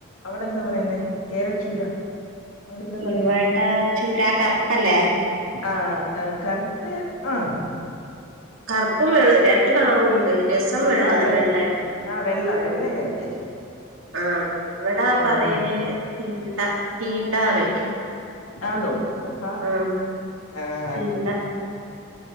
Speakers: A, on the left; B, on the right.
A: അവിടെന്താ പറയ്ന്നേ കേരച്ചൂര അവിടെ എന്താ പറയാ
B: ഇവിടെ ചൂരാ കറ്പ്പല്ലേ?
A: ആഹാ കറ്ത്ത് ആഹ
B: കറ്പ്പും വെള്ളം രണ്ട് കളറുംണ്ട് രസം വെള്ള
A: ആഹ് വെ
B: വെള്ളയാണ്.
A: ആഹ് വെള്ള വെള്ളയായിട്ട്
B: ആഹാ ഇവിടാ
A: ഉം
B: പറയല് തിണ്ട തീണ്ടാറിം
A: ആന്നോ ഹുഹാ
B: ആഹ്
A: ആഹാ
B: തീണ്ട